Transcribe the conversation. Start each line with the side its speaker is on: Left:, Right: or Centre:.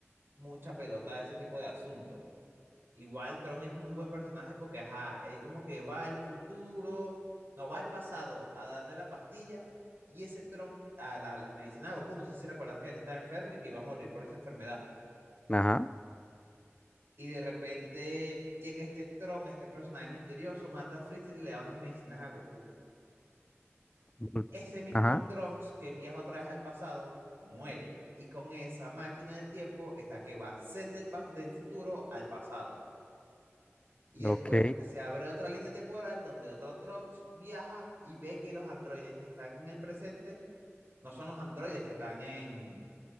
Right: mucha pelota a ese tipo de asuntos. Igual Tron es muy buen personaje porque, ajá, él como que va al futuro, no va al pasado a darle la pastilla y ese Tron a la- las medicinas de Goku, no sé si recuerdas que él estaba enfermo y que iba a morir por esa enfermedad.
Left: Ajá.
Right: Y de repente llega este Tron, este personaje misterioso, mata a Freezer y le da unas medicinas a Goku.
Left: Ujú.
Right: Ese mismo
Left: Ajá.
Right: Trunks que viaja otra vez al pasado, muere. Y con esa máquina del tiempo es la que va a ser del, pa- del futuro al pasado. Y después
Left: Ok.
Right: se abre otra línea temporal donde otro Trunks viaja y ve que los androides que están en el presente no son los androides que están en,